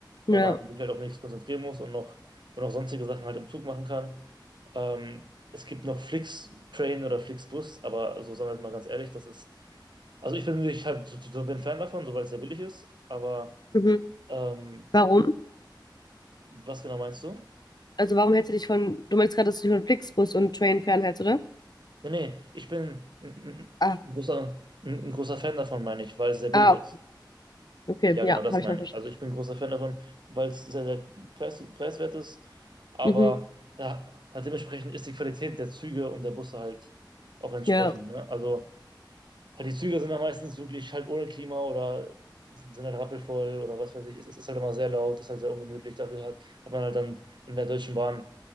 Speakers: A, on the left (about 60°); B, on the right (about 70°).
A: Ja.
B: weil man sich halt auf nichts konzentrieren muss und noch, und auch sonstige Sachen halt im Zug machen kann. Ähm, es gibt noch flix oder Flixbus, aber so sagen wir es mal ganz ehrlich, das ist, also ich bin, ich halt, so- so- so bin Fan davon, soweit es sehr billig ist, aber
A: Mhm.
B: ähm,
A: Warum?
B: was genau meinst du?
A: Also warum hältst du dich von, du meinst gerade, dass du dich von Flixbus und Train fernhältst, oder?
B: Nee, nee, ich bin ein, ein,
A: Ah,
B: ein großer, ein, ein großer Fan davon, meine ich, weil es sehr billig
A: ah,
B: ist.
A: okay,
B: Ja,
A: ja,
B: genau das
A: habe
B: meine
A: ich halt verstanden.
B: ich. Also ich bin ein großer Fan davon, weil es sehr, sehr preis, preiswert ist, aber
A: Mhm,
B: ja, halt dementsprechend ist die Qualität der Züge und der Busse halt auch entsprechend.
A: ja,
B: Ne? Also Halt die Züge sind dann meistens wirklich halt ohne Klima oder sind halt rappelvoll oder was weiß ich. Es es ist halt immer sehr laut, ist halt sehr ungemütlich. Dafür hat, hat man halt dann in der Deutschen Bahn